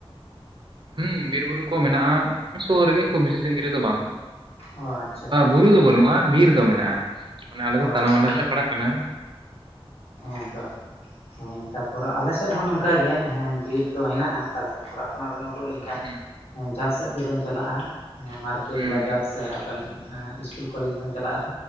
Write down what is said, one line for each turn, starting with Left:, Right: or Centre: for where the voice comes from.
Right: ᱦᱩ ᱵᱤᱨ ᱵᱩᱨᱩ ᱠᱚ ᱢᱮᱱᱟᱜᱼᱟ ᱥᱚᱨ ᱨᱮ ᱜᱮ ᱠᱷᱩᱵ ᱵᱤᱥᱤ ᱥᱟᱜᱤᱧ ᱨᱮᱫᱚ ᱵᱟᱝ᱾
Left: ᱚ ᱟᱪᱪᱷᱟ ᱟᱪᱪᱷᱟ ᱟᱪᱪᱷᱟ
Right: ᱵᱩᱨᱩ ᱫᱚ ᱵᱟᱹᱱᱩᱜᱼᱟ ᱵᱤᱨ ᱫᱚ ᱢᱮᱱᱟᱜᱼᱟ ᱢᱟᱱᱮ ᱟᱞᱮ
Left: ᱚ
Right: ᱫᱚ ᱛᱟᱞᱟ
Left: ᱟᱪᱪᱷᱟ
Right: ᱢᱟᱞᱟ ᱨᱮᱞᱮ ᱯᱟᱲᱟᱜ ᱠᱟᱱᱟ᱾
Left: ᱦᱮᱸ ᱛᱚ ᱦᱮᱸ ᱛᱟᱯᱚ ᱨᱮ ᱟᱞᱮ ᱥᱮᱫ ᱦᱚᱸ ᱱᱚᱝᱠᱟ ᱜᱮ ᱵᱤᱨ ᱫᱚ ᱦᱮᱱᱟᱜᱼᱟ ᱛᱟᱞᱦᱮ ᱚᱲᱟᱜ ᱠᱷᱚᱱᱟᱜ ᱩᱰᱩᱜ ᱞᱮᱼᱼ ᱠᱟᱱ
Right: ᱦᱩᱸ
Left: ᱡᱟᱦᱟ ᱥᱮᱫ ᱜᱮ ᱵᱮᱱ ᱪᱟᱞᱟᱜᱼᱟ ᱢᱟᱨᱠᱮᱴ
Right: ᱦᱩᱸ
Left: ᱵᱟᱡᱟᱨ ᱥᱮ ᱟᱵᱮᱱ ᱤᱥᱠᱩᱞ ᱠᱚᱞᱮᱡ ᱵᱮᱱ ᱪᱟᱞᱟᱜ ᱨᱟ